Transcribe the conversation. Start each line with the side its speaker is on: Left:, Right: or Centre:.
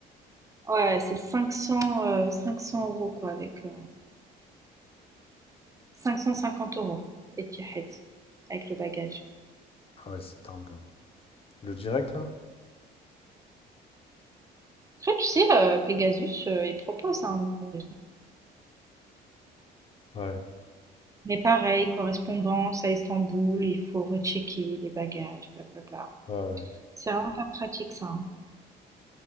Right: ouais, c'est 500, euh, 500 euros quoi, avec euh, 550 euros Etihad, avec le bagage.
Left: Ah ouais, c'est dingue. Le direct, là?
Right: Après, tu sais, euh, Pegasus, euh, il propose un bagage.
Left: Ouais,
Right: Mais pareil, correspondance à Istanbul, il faut rechecker les bagages, blablabla.
Left: ouais, ouais.
Right: C'est vraiment pas pratique ça. hein.